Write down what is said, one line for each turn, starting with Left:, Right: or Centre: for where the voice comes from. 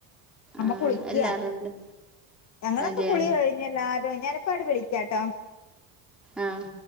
Left: അമ്മ
Centre: ആ
Left: കുളിക്കാ
Centre: എല്ലാവരും ഉണ്ട്
Left: ഞങ്ങളൊക്കെ
Centre: അതെയാ
Left: കുളി കഴി ഞ്ഞെല്ലാരും ഞാനിപ്പാങ്ങട്ട് വിളിക്കാട്ടോ
Centre: ആഹ്